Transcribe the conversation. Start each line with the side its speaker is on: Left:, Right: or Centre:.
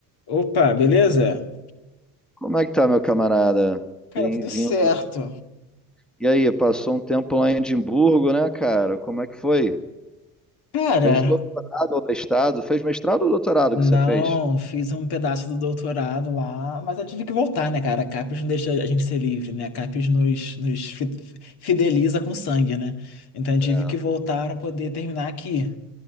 Left: Opa, beleza?
Centre: Como é que tá, meu camarada?
Left: Cara,
Centre: Bem-vindo.
Left: tudo certo.
Centre: E aí, passou um tempo lá em Edimburgo, né, cara? Como é que foi?
Left: Cara,
Centre: Fez doutorado ou mestrado? Fez mestrado ou doutorado
Left: não,
Centre: que você fez?
Left: fiz um pedaço do doutorado lá, mas eu tive que voltar, né, cara? A CAPES não deixa a gente ser livre, né? A CAPES nos, nos fi- fideliza com sangue, né? Então eu tive
Centre: É.
Left: que voltar para poder terminar aqui.